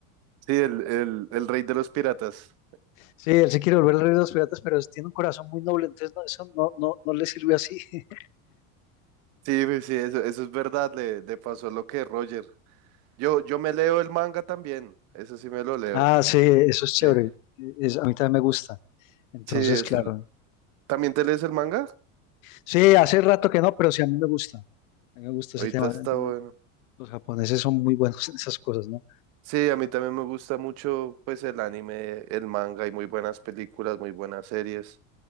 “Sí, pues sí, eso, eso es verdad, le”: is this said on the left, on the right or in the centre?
Right